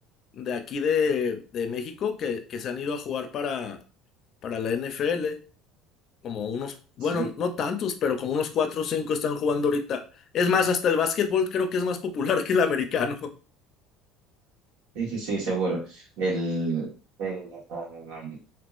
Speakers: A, on the left; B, on the right.
A: de aquí de, de México que, que se han ido a jugar para, para la NFL. Como unos, bueno,
B: sí,
A: no tantos, pero como unos cuatro o cinco están jugando ahorita. Es más, hasta el básquetbol creo que es más popular que el americano.
B: sí, sí, sí, seguro. El, el, ah, no, no, no.